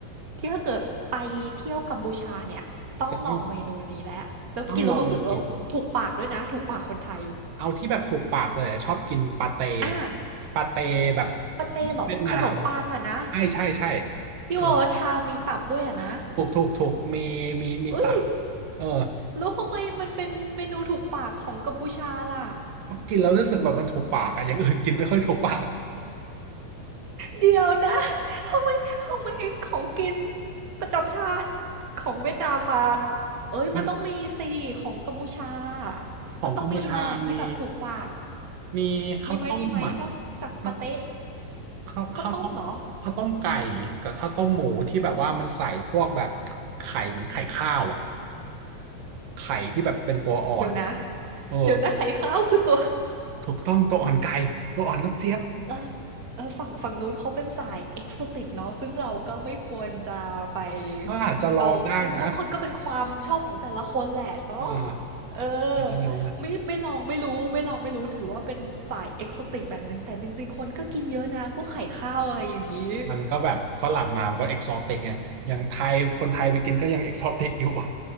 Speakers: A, on the right (about 35°); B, on the right (about 65°).
A: ที่ถ้าเกิดไปเที่ยวกัมพูชาเนี่ยต้องลองเมนูนี้แล้วแล้วกินแล้วรู้สึกแล้วถูกปากด้วยนะถูกปากคนไทย
B: <laughs> แต่ต้องต้องลองกินเอาที่แบบถูกปากเลยอะชอบกินปาเต้
A: อา
B: ปาเต้แบบ
A: ปาเต้เหรอ
B: เวียดนาม
A: ขนมปังอะนะ
B: ใช่ใช่ใช่
A: ที่ว่าทามีตับด้วยอะนะ
B: ขนมถูกถูกถูกมีมีมีตับ
A: เอ้ย
B: เออ
A: แล้วทำไมมันเป็นเมนูถูกปากของกัมพูชาล่ะ
B: กินแล้วรู้สึกแบบมันถูกปากอะอย่างอื่นกินไม่ค่อยถูกปาก
A: เดี๋ยวนะทำไมทำไมของกินประจำชาติของเวียดนามมาเอ้ยมันต้องมีสิของกัมพูชา
B: มันของกัมพูชามี
A: มันต้องมีแหละที่แบบถูกปาก
B: มีข้าวต้มอ่ะ
A: มีไหมมีไหมนอกจากปาเต๊ะ
B: ข้าวข้าวข้าวต้มข้าวต้มไก่กับข้าวต้มหมูที่แบบว่ามันใส่พวกแบบ
A: ข้าวต้มเหรอ
B: ไข่เหมือนไข่ข้าวอ่ะไข่ที่แบบเป็นตัวอ่อน
A: เดี๋ยวนะ
B: เออ
A: เดี๋ยวนะไข่ข้าวคือตัว
B: ถูกต้องตัวอ่อนไก่ตัวอ่อนลูกเจี๊ยบ
A: เออเออฝั่งฝั่งนู้นเขาเป็นสาย Exotic เนาะซึ่งเราก็ไม่ควรจะไป
B: ก็อาจจะลองได้นะ
A: เราับางคนก็เป็นความชอบของแต่ละคนแหละเนาะ
B: อ่า
A: เออ
B: อาจจะลองนะ
A: ไม่ไม่ลองไม่รู้ไม่ลองไม่รู้ถือว่าเป็นสาย Exotic แบบหนึ่งแต่จริงๆคนก็กินเยอะนะพวกไข่ข้าวอะไรอย่างนี้
B: มันก็แบบฝรั่งมามันก็เอกซอติกไงอย่างไทยคนไทยไปกินก็ยังเอกซอติกอยู่